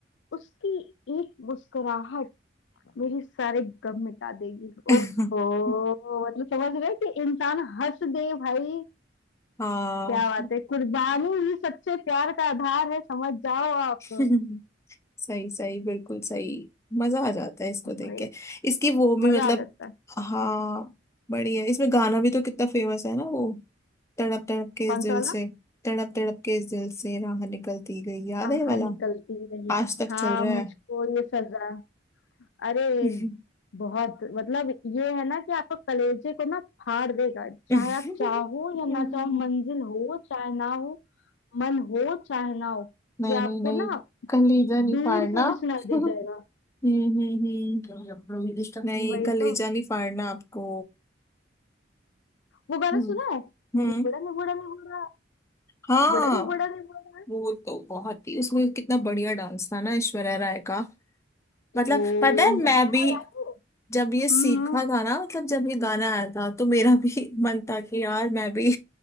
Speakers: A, on the left; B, on the left.
A: उसकी एक मुस्कुराहट मेरे सारे गम मिटा देगी
B: <laughs>
A: ओफो मतलब समझ रहे हैं कि इंसान हंस दे भाई
B: हाँ
A: क्या बात है कुर्बानी ही सच्चे प्यार का आधार है समझ जाओ आप
B: <laughs> सही सही बिल्कुल सही मजा आ जाता है इसको
A: भाई
B: देख के इसकी वो भी
A: मजा
B: मतलब
A: आ जाता है
B: हाँ बढ़िया है। इसमें गाना भी तो कितना फेमस है ना वो तड़प तड़प के
A: कौन
B: इस दिल
A: सा वाला
B: से तड़प तड़प के इस दिल से राह निकलती गई याद
A: आहा
B: है ये वाला
A: निकलती रही
B: आज तक
A: हाँ
B: चल रहा
A: मुझको
B: है
A: ये सजा अरे
B: <laughs>
A: बहुत मतलब ये है ना कि आपको कलेजे को ना फाड़ देगा चाहे
B: हम्म,
A: आप चाहो या ना चाहो मंजिल हो चाहे ना हो मन हो चाहे ना हो
B: नहीं
A: ये आपको
B: नहीं नहीं
A: ना
B: कलीजा नहीं
A: दूर
B: फाड़ना
A: से
B: <laughs>
A: भी सुनाई दे
B: हम्म
A: जाएगा
B: हम्म हम्म नहीं
A: वही
B: कलेजा
A: तो
B: नहीं फाड़ना आपको
A: वो गाना
B: हम्म
A: सुना है
B: हम्म
A: निबड़ा निबड़ा निबड़ा
B: हाँ
A: निबड़ा निबड़ा निबड़ा
B: वो तो बहुत ही उसमें कितना बढ़िया डांस था ना ऐश्वर्या राय का मतलब
A: ओ
B: पता है
A: लहंगा
B: मैं भी
A: याद है?
B: जब ये सीखा
A: हम्म
B: था ना मतलब जब ये गाना आया था तो मेरा भी <laughs> मन था कि यार मैं भी